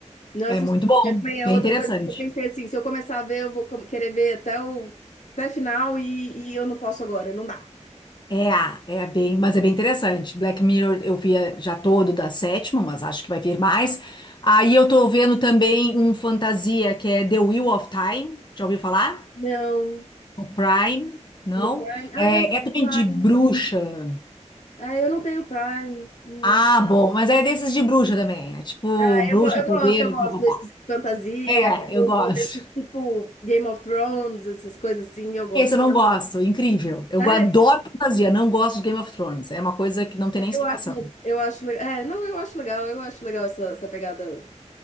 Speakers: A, on the left; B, on the left.
A: Não
B: É
A: assisti.
B: muito bom,
A: Também é
B: bem
A: outra
B: interessante.
A: coisa que eu pensei assim, se eu começar a ver, eu vou com- querer ver até o até final e, e eu não posso agora, não dá.
B: É, ah, é bem, mas é bem interessante. Black Mirror eu via já todo da sétima, mas acho que vai vir mais. Aí eu tô vendo também um fantasia que é The Wheel of Time. Já ouviu falar?
A: Não,
B: O Prime? Não?
A: no Prime. Ah,
B: É,
A: eu não
B: é também
A: tenho
B: de bruxa.
A: Prime. Ah, eu não tenho Prime. Hum.
B: Ah, bom, mas é desses de bruxa também. É tipo
A: Ah,
B: bruxa,
A: Eu, go- eu gosto,
B: poder,
A: eu gosto
B: blá blá
A: desses
B: blá.
A: de fantasia,
B: É,
A: ou,
B: eu gosto.
A: ou desse tipo Game of Thrones, essas coisas assim, eu gosto.
B: Esse eu não gosto, incrível. Eu
A: É,
B: adoro fantasia, não gosto de Game of Thrones. É uma coisa que não tem nem
A: eu
B: explicação.
A: acho, le- eu acho, le- é, não, eu acho legal, eu acho legal essa, essa pegada